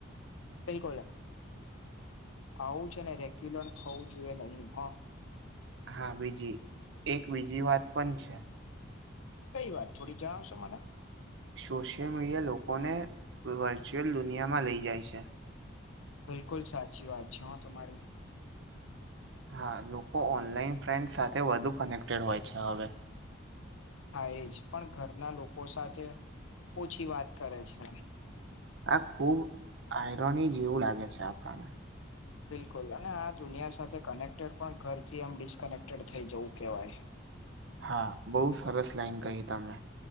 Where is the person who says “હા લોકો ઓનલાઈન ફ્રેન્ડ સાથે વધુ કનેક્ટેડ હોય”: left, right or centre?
Right